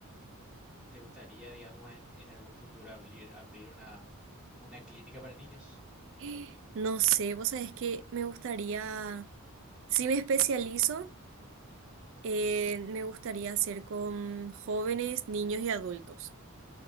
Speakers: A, in the centre; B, on the right.
A: ¿Y te gustaría, digamos, en, en algún futuro abrir, abrir una, una clínica para niños?
B: <gasps> No sé, vos sabés que me gustaría, si me especializo, eh, me gustaría hacer con jóvenes, niños y adultos.